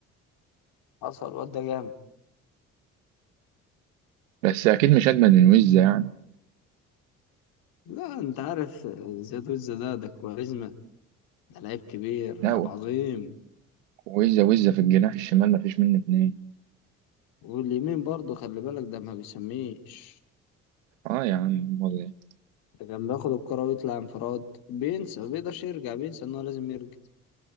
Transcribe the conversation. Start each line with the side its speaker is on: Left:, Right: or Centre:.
Left: حصل الواد ده جامد
Right: بس اكيد مش اجمد من ويز يعني
Left: لا انت عارف زياد وزة ده ده كواريزما ده لعيب كبير
Right: لا
Left: لعيب عظيم
Right: وزة وزة في الجناح الشمال مفيش منه اتنين
Left: واليمين برضه خلي بالك ده ما بيسميش
Right: اه يا عم امال إيه؟
Left: ده كان بياخد الكرة ويطلع انفراد بينسى ما بيقدرش يرجع بينسى ان هو لازم يرجع